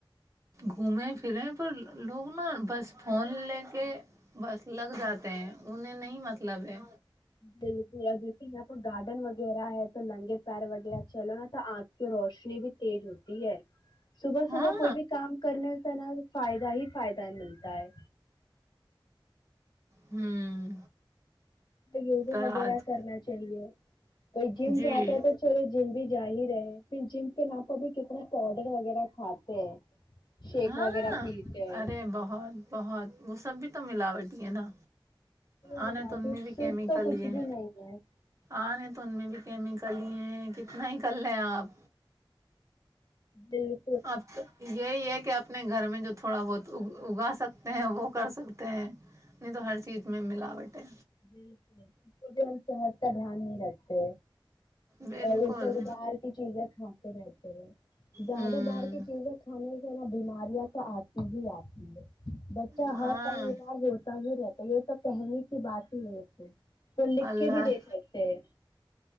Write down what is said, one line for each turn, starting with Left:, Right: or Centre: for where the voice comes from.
Right: گھومیں پھریں پر لوگ نا بس فون لے کے بس لگ جاتے ہیں انہیں نہیں مطلب ہے
Left: بالکل اور جیسے یہاں پر گارڈن وغیرہ ہے تو لنگے پیر وغیرہ چلوا تو آ روشنی بھی تیج ہوتی ہے صبح
Right: ہاں
Left: صبح کوئی بھی کام کرنے اسناح فائدہ ہی فائدہ ملتا ہے
Right: ہوں
Left: یوزنگ
Right: تو
Left: وغیرہ
Right: آج
Left: کرنا چاہیے کوئی جم
Right: جی
Left: جاتا ہے تھا چورے جم بھی جاہ رہے پھر جم کے نام پر ا بھی کتنا پاؤڈر وغیرہ کھاتے ہیں شیک
Right: ہاں
Left: وغیرہ پیتے ہیں
Right: ارے بہت بہت وہ سب بھی تو ملاوٹ ہے نا آ
Left: ملاوٹی
Right: نے ت میں بھی
Left: شدھ
Right: کیمی
Left: تو
Right: کل
Left: کچھ
Right: ہے
Left: بھی نہیں ہے
Right: آ نے تن بھی کیمکلی ہیں کتنا ہیکل رہے آپ
Left: بالک
Right: اب تو یہی ہے کہ اپنے گھر میں جو تھوڑا بہت اگا سکتے ہیں وہ کر سکتے ہیں نہیں تو ہر چیز میں ملاوٹ ہے
Left: بالکل اس کو بھی ہم سمجھتا دھیان نہیں رکھتے
Right: بالکل
Left: اور اسے باہر کی چیزیں کھ رہتے ہیں زیادہ
Right: ہوں
Left: بار کی چیزیں کھانے نا بیماریاں تو آتی ہی آتی ہیں بچہ
Right: ہاں
Left: ہر ٹائم بیمار ہوتا بھی رہتا یہ تو کہنے کی بات لگتے ہے وہ لکھ
Right: اللہ
Left: کے بھی دے سکتے ہیں